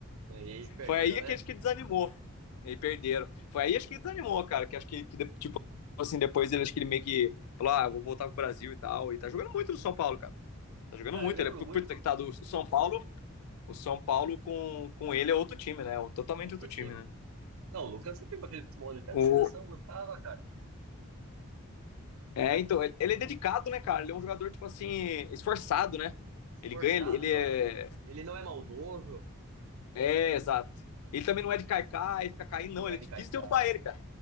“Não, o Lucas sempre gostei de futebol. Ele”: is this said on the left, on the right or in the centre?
Right